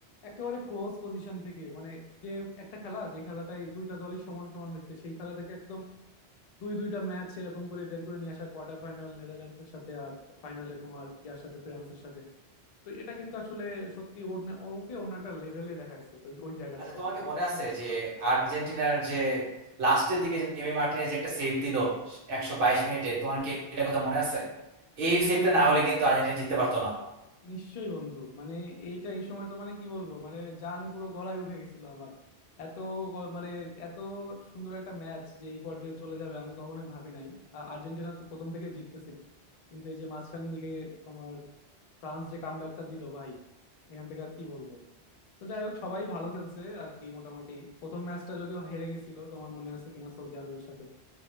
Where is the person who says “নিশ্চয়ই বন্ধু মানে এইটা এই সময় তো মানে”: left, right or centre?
Left